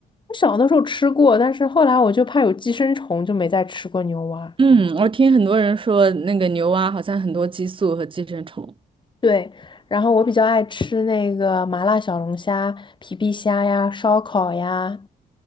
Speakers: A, on the left (about 25°); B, on the right (about 30°).
A: 我小的时候吃过，但是后来我就怕有寄生虫，就没再吃过牛蛙。
B: 嗯，我听很多人说那个牛蛙好像很多激素和寄生虫
A: 对，然后我比较爱吃那个麻辣小龙虾、皮皮虾呀、烧烤呀，